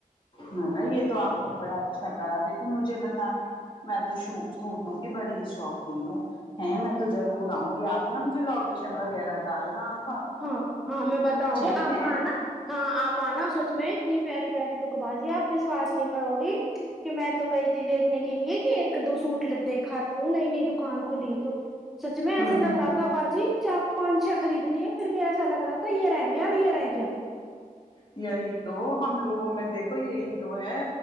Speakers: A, on the left; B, in the centre.
A: نہ نہ یہ تو آپ نے بڑا اچھا کرا دیکھو مجھے بتا کے میں تو سو سوٹوگی بڑی ہی شوقین ہوں ہے میں تو ضرور آؤں گی آپ نا مجھے لوکیشن وغیرہ ڈالنا آپ
B: ہاں ہاں میں بتاؤں
A: ٹھیک
B: گی آپ
A: ہے
B: آنا ہاں آپ آنا سچ میں اتنی پیاری پیاری دکھ بازی آپ وشواس نہیں کرو گی کہ میں تو گئی دیکھنے کے لیے کہ ایک دو سوٹ دیکھات ہوں نئی نئی دکان کھلی ہے تو سچ میں ایسے
A: ہوں
B: لگ
A: ہوں
B: رہا تھا باجی چار پانچ چھ خرید لے پھر بھی ایسا لگ رہا تھا یہ رہ گیااور یہ رہ گیا
A: یہی تو ہم لوگوں میں دیکھو یہی تو ہے